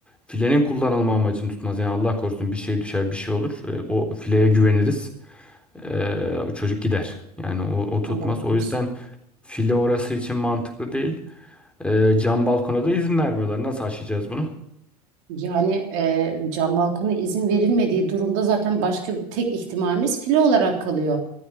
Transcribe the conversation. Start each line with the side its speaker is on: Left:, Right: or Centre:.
Centre: filenin kullanılma amacını tutmaz. Yani Allah korusun bir şey düşer, bir şey olur. E, O fileye güveniriz. E, o çocuk gider. Yani o, o tutmaz.
Right: Allah korusun.
Centre: O yüzden file orası için mantıklı değil. E, cam balkona da izin vermiyorlar. Nasıl aşacağız bunu?
Right: Yani e, cam balkona izin verilmediği durumda zaten başka bir tek ihtimalimiz file olarak kalıyor.